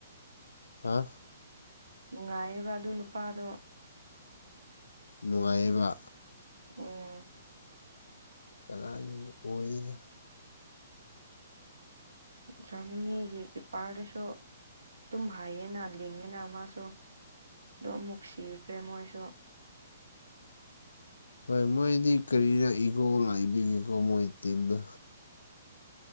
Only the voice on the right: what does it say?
ꯅꯨꯡꯉꯥꯏꯌꯦꯕ ꯑꯗꯨ ꯅꯨꯄꯥꯗꯣ
ꯎꯝ
ꯖ꯭ꯔꯃꯅꯤꯒꯤ ꯀꯤꯄꯥꯔꯗꯨꯁꯨ ꯇꯨꯝ ꯍꯩꯌꯦꯅ ꯂꯤꯡꯉꯦꯅ ꯃꯥꯁꯨ ꯗꯣ ꯃꯨꯛ ꯁꯤꯈ꯭ꯔꯦ ꯃꯣꯏꯁꯨ